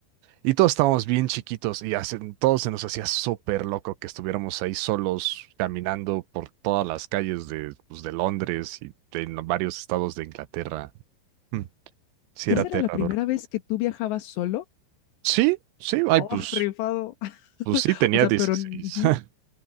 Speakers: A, on the right; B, on the left.
A: Y todos estábamos bien chiquitos y hace- todos se nos hacía súper loco que estuviéramos ahí solos caminando por todas las calles de, pues, de Londres y de en varios estados de Inglaterra. Mm, sí,
B: ¿Esa
A: era aterrador.
B: era la primera vez que tú viajabas solo?
A: Sí, sí, ay,
B: Oh,
A: pues,
B: rifado. <laughs>
A: pues sí, tenía
B: O sea,
A: dieciséis
B: pero... ujú,
A: <laughs>